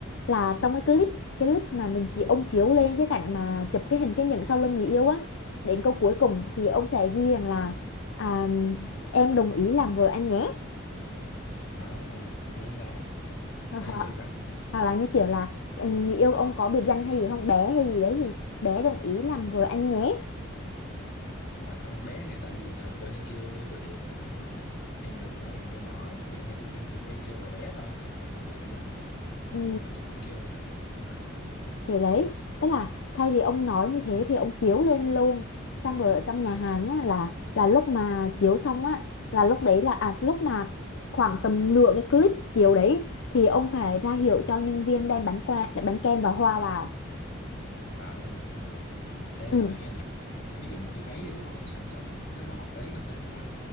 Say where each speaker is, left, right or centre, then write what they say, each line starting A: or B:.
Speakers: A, on the left (about 70°); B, on the left (about 45°).
A: là trong cái clip cái clip mà mình chỉ ông chiếu lên cái cảnh mà chụp cái hình cái nhẫn sau lưng người yêu á đến câu cuối cùng thì ông sẽ ghi rằng là à, em đồng ý làm vợ anh nhé
B: à, hay ta
A: hoặc
B: thấy
A: hoặc-
B: được á
A: hoặc là như kiểu là ừ, người yêu ông có biệt danh hay gì không bé hay gì đấy thì bé đồng ý làm vợ anh nhé
B: À, không bé thì tại vì thường tôi hay kêu tôi thấy nó bé- hay nhỏ nhỏ nhỏ nhỏ thì hay tôi kêu hay bé kêu là bé thôi chứ thật ra không có biệt danh
A: Ừ,
B: nhưng mà chắc cũng kêu là à,
A: thì đấy, tức là thay vì ông nói như thế thì ông chiếu lên luôn. Xong rồi ở trong nhà hàng á, là là lúc mà chiếu xong á là lúc đấy là à lúc mà khoảng tầm nửa cái clip chiếu đấy thì ông phải ra hiệu cho nhân viên đem bánh qua bánh kem và hoa vào.
B: à cũng được em
A: Ừ.
B: mà nói nghe nè ví dụ một cái váy thì đúng không sẵn có nếu mà mặc váy hôm đấy rồi